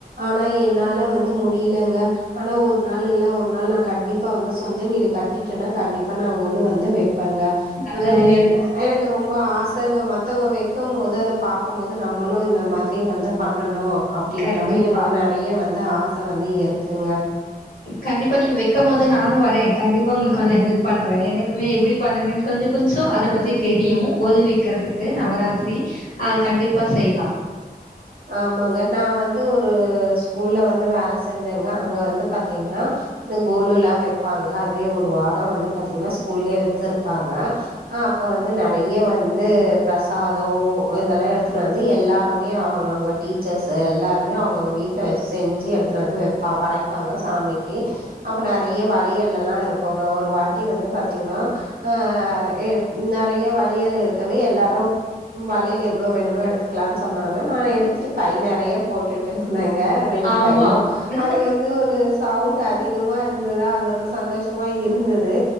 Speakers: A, on the right; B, on the left.
A: ஆனா என்னால வந்து முடியலங்க ஆனா ஒரு நாள் இல்ல ஒரு நாள் நா கண்டிப்பா வந்து சொந்த வீடு கட்டிட்டனா கண்டிப்பா நா கொலு வந்து வெப்பங்க
B: நல்லதுங்க.
A: எ எனக்கு ரொம்ப ஆசங்க மத் மத்தவங்க வெக்கும்போது அத பாக்கும்போது நம்மளு இந்த மாரி வந்து பண்ணணு அப்டின்ற
B: கண்டிப்பா.
A: மாரி எனக்கு நெறய வந்து ஆச வந்து இருக்குங்க
B: கண்டிப்பா நீங்க வெக்கும்போது நானு வரேன் கண்டிப்பா உங்களுக்கு வந்து ஹெல்ப் பண்றே எனக்குமே எப்டி பண்ணணு கொஞ் கொஞ்சோ அத பத்தி தெரியு கொழு வெக்கறதுக்கு நவராத்திரி ஆ கண்டிப்பா செய்லா
A: ஆமாங்க நா வந்து ஒரு ஸ்கூல்ல வந்து வேல செஞ்சங்க அங்க வந்து பாத்தீங்கன்னா இந்த கொழுல வெப்பாங்க அதுவே ஒரு வாரோ வந்து பாத்தீங்கனா ஸ்கூல்லயே வெச்சிருப்பாங்க அப்ப வந்து நெற யா வந்து பிரசாதோ இதெல்லா எடுத்துட்டு வந்து எல்லாரு மே அவுங்க அவுங்க டீச்சர்ஸ்ஸு எல்லாருமே அவுங்க அவுங்க வீட்ல வெச் செஞ்சு எடுத்துனு வந்து வெப்பா படைப்பாங்க சா மிக்கு அப்ப நெறயா வளையல் எல்லா இருக்கு அங்க ஒரு வாட்டி வந்து பாத்தீங்கனா ஆ எ நெறயா வளையல் இருக்கவே எல்லாரு வளையல் எவ்ளோ வேணுமோ எடுத்துக்கலான் சொன்னாங்க நா எடுத்துரு கை நெறய போட்டுட்டு வந்தங் க ரெண்டு
B: ஆமா.
A: கைலயு
B: அதுதான்
A: அது வந்து ஒரு சவுண்ட் அதிகமா இருந்ததா அது ஒரு சந்தோஷ மா இருந்தது